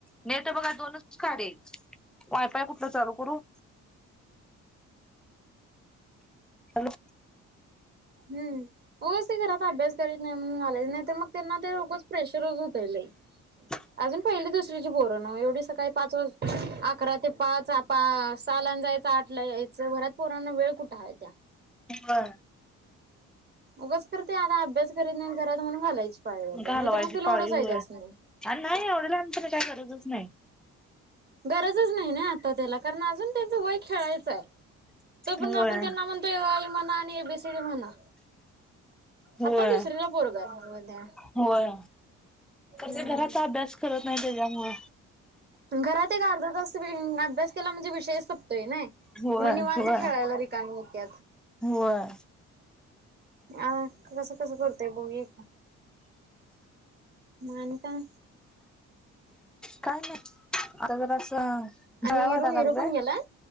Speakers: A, in the centre; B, on the right.
A: नाहीतर बघा दोनच काढेल वायफाय कुठलं चालू करू? हॅलो!
B: हम्म होयच ते घरात अभ्यास करीत नाही म्हणून झालय नाही तर मग त्यांना ते उगाच प्रेशरच होतयले.
A: उ
B: अजून पहिली दुसरीची पोरं पण मग एवढी सकाळी पाच वाज अकरा ते पाच पा सहालान जायच आठला याय घरात पोरांना वेळ कुठे हाय त्या
A: हा.
B: उगाच तर ते आता अभ्यास करीत नाही घरात म्हणून घालायची <unintelligible>
A: घालवायची
B: नाहीतर मग ते लोडंच
A: पाळी होय.
B: हाय त्यासनी
A: आणि नाही एवढ्या लांबच तर काय गरजच नाही.
B: गरजच नाही ना आता त्याला कारण अजून त्यांचं वय खेळायचं आहे. तो पर्यंत
A: होय
B: आपण त्यांना म्हणतोय <unintelligible> म्हणा आणि एबीसीडी म्हणा
A: व्हय
B: आता दुसरीला पोरगं हाय.
A: व्हय पण
B: हम्म.
A: ते घरात अभ्यास करत नाही त्याच्या मूळ
B: पण घरात एक अर्धा जास्त अम अभ्यास केला म्हणजे विषयच संपतोय नाय.
A: होय
B: मग निवांत
A: होय
B: खेळायला रिकामी होत्यत.
A: होय.
B: अह कसं कसं करतय बघ ही. मान का
A: काय नाही. आता जर असं डाळ
B: आणि हिरो
A: वाढा
B: हिरो
A: लागलोय,
B: पण गेलाय?